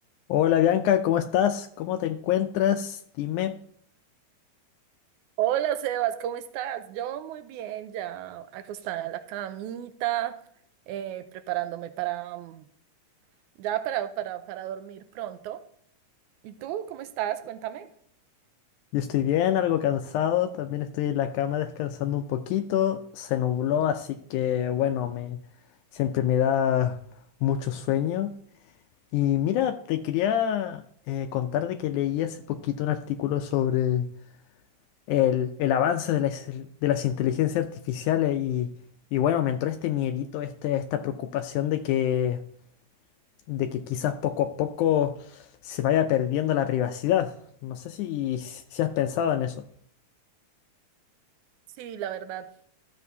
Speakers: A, on the left; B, on the right.
A: Hola Bianca, ¿cómo estás? ¿Cómo te encuentras? Dime.
B: Hola Sebas, ¿cómo estás? Yo muy bien, ya acostada en la camita, eh, preparándome para mm, ya para, para, para dormir pronto. ¿Y tú cómo estás? Cuéntame.
A: Yo estoy bien, algo cansado, también estoy en la cama descansando un poquito. Se nubló, así que bueno, me siempre me da mucho sueño. Y mira, te quería eh, contar de que leí hace poquito un artículo sobre el, el avance de las, de las inteligencias artificiales y, y bueno, me entró este miedito, este, esta preocupación de que de que quizás poco a poco se vaya perdiendo la privacidad. No sé si, si has pensado en eso.
B: Sí, la verdad